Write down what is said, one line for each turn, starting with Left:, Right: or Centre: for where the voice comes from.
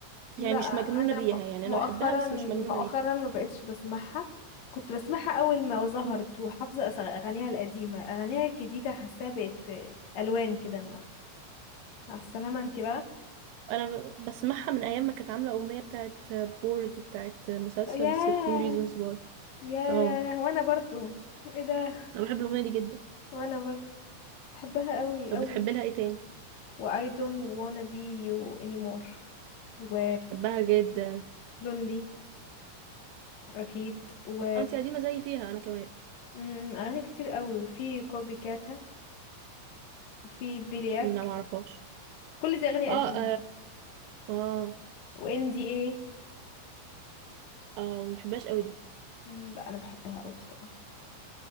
Right: يعني
Left: لا
Right: مش مجنونة
Left: أنا
Right: بيها
Left: م-
Right: يعني انا
Left: مؤخرا
Right: بحبها بس مش مجنونة
Left: مؤخرا ما بقتش بسمعها كنت بسمعها أول ما ظهرت
Right: بيها
Left: وحافظة أس- أغانيها القديمة أغانيها الجديدة حاساها بقت ألوان كده ما مع السلامة انتي بقى
Right: انا ب- بسمعها من ايام ما كانت عامله اغنيه بتاعت بورد بتاعت مسلسل
Left: ياه
Right: 13 reasons why
Left: ياه
Right: اه
Left: وأنا برضو ايه ده
Right: انا بحب الاغنيه دي جدا
Left: وأنا برضو بحبها قوي
Right: طب
Left: قوي
Right: بتحب لها ايه تاني
Left: و I don't wanna be you anymore و
Right: بحبها جدا
Left: lonely واكيد و
Right: اه انتي قديمه زي فيها انا كمان
Left: م- اغاني كتير قوي وفي كوبي كاتا وفي بيلياك
Right: لا ما اعرفهاش
Left: كل دي اغاني
Right: اه
Left: قديمة
Right: اه اه
Left: و NDA
Right: اه ما بحبهاش قوي دي
Left: م، لا انا بحبها قوي بصراحة